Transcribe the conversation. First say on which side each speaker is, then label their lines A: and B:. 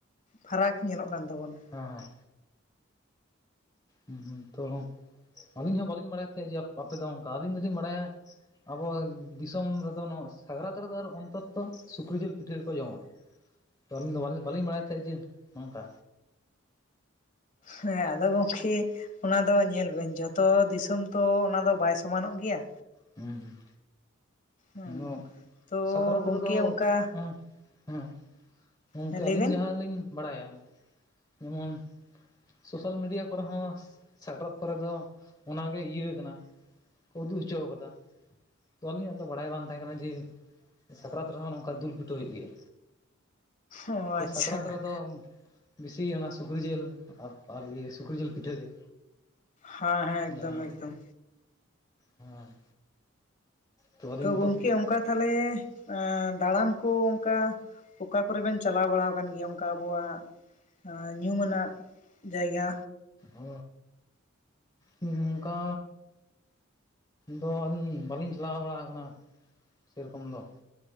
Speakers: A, on the left; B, on the left.
A: ᱯᱷᱟᱨᱟᱠ ᱧᱮᱞᱚᱜ ᱠᱟᱱ ᱛᱟᱵᱚᱱᱟ
B: ᱚᱸ ᱦᱩ ᱦᱩ ᱛᱚ ᱟᱹᱞᱤᱧ ᱦᱚᱸ ᱵᱟᱹᱞᱤᱧ ᱵᱟᱲᱟᱭ ᱛᱟᱦᱮᱸᱫ ᱡᱮ ᱟᱯᱮ ᱫᱚ ᱚᱱᱠᱟ ᱟᱹᱞᱤᱧ ᱫᱚᱞᱤᱧ ᱵᱟᱲᱟᱭᱟ ᱟᱵᱚ ᱫᱤᱥᱚᱢ ᱨᱮᱫᱚ ᱱᱚᱣᱟ ᱥᱟᱠᱨᱟᱛ ᱨᱮᱫᱚ ᱟᱨᱚ ᱚᱱᱛᱚᱛᱚ ᱥᱩᱠᱨᱤ ᱡᱮᱞ ᱯᱤᱴᱷᱟᱹ ᱜᱮᱠᱚ ᱡᱚᱢᱟ ᱛᱚ ᱟᱹᱞᱤᱧ ᱫᱚ ᱵᱟᱹᱞᱤᱧ ᱵᱟᱲᱟᱭ ᱛᱟᱦᱮᱸᱜ ᱡᱮ ᱚᱝᱠᱟ
A: ᱦᱮᱸ ᱟᱫᱚ ᱜᱚᱢᱠᱮ ᱚᱱᱟ ᱫᱚ ᱧᱮᱞ ᱵᱮᱱ ᱡᱚᱛᱚ ᱫᱤᱥᱚᱢ ᱛᱚ ᱚᱱᱟ ᱫᱚ ᱵᱟᱭ ᱥᱚᱢᱟᱱᱚᱜ ᱜᱮᱭᱟ
B: ᱦᱩᱸ
A: ᱦᱮᱸ
B: ᱦᱩᱸ
A: ᱛᱚ
B: ᱥᱟᱠᱨᱟᱛ
A: ᱜᱚᱝᱠᱮ
B: ᱨᱮᱫᱚ
A: ᱚᱱᱠᱟ
B: <inaudible> ᱦᱮᱸ ᱜᱚᱝᱠᱮ
A: ᱦᱮᱸ ᱞᱟᱹᱭ
B: ᱟᱹᱞᱤᱧ
A: ᱵᱮᱱ
B: ᱡᱟᱦᱟᱸᱞᱤᱧ ᱵᱟᱲᱟᱭᱟ ᱡᱮᱢᱚᱱ ᱥᱳᱥᱟᱞ ᱢᱤᱰᱤᱭᱟ ᱠᱚᱨᱮ ᱦᱚᱸ ᱥᱟᱠᱨᱟᱛ ᱠᱚᱨᱮ ᱫᱚ ᱚᱱᱚ ᱜᱮ ᱤᱭᱟᱹ ᱠᱟᱱᱟ ᱩᱫᱩᱜ ᱦᱚᱪᱚ ᱠᱟᱫᱟ ᱛᱚ ᱟᱹᱞᱤᱧᱟᱜ ᱫᱚ ᱵᱟᱲᱟᱭ ᱵᱟᱝ ᱛᱟᱦᱮᱸ ᱠᱟᱱᱟ ᱡᱮ ᱥᱟᱠᱨᱟᱛ ᱨᱮᱦᱚᱸ ᱱᱚᱝᱠᱟ ᱫᱩᱞ ᱯᱤᱴᱷᱟᱹ ᱦᱳᱭᱳᱜ ᱜᱮᱭᱟ
A: ᱚ ᱟᱪᱪᱷᱟ
B: ᱛᱚ ᱥᱟᱠᱨᱟᱛ ᱨᱮᱫᱚ ᱵᱤᱥᱤ ᱚᱱᱟ ᱥᱩᱠᱨᱤ ᱡᱞ ᱟᱨ ᱥᱩᱠᱨᱤ ᱡᱮᱞ ᱯᱤᱴᱷᱟᱹ ᱜᱮ
A: ᱦᱟᱸ ᱦᱮᱸ ᱮᱠᱫᱚᱢ
B: ᱡᱟᱦᱟᱸ
A: ᱮᱠᱫᱚᱢ
B: ᱦᱮᱸ ᱛᱚ ᱟᱹᱞᱤᱧ
A: ᱛᱳ ᱜᱚᱝᱠᱮ
B: ᱛᱚ
A: ᱚᱱᱠᱟ ᱛᱟᱦᱞᱮ ᱫᱟᱬᱟᱱ ᱠᱚ ᱚᱝᱠᱟ ᱚᱠᱟ ᱠᱚᱨᱮ ᱵᱮᱱ ᱪᱟᱞᱟᱣ ᱵᱟᱲᱟ ᱟᱠᱟᱱ ᱜᱮᱭᱟ ᱚᱱᱠᱟ ᱟᱵᱚᱣᱟᱜ ᱟᱸ ᱧᱩᱢ ᱟᱱᱟᱜ ᱡᱟᱭᱜᱟ
B: ᱚ ᱱᱚᱝᱠᱟ ᱫᱚ ᱟᱹᱞᱤᱧ ᱵᱟᱹᱞᱤᱧ ᱪᱟᱞᱟᱣ ᱵᱟᱲᱟ ᱟᱠᱟᱱᱟ ᱥᱮᱨᱚᱠᱚᱢ ᱫᱚ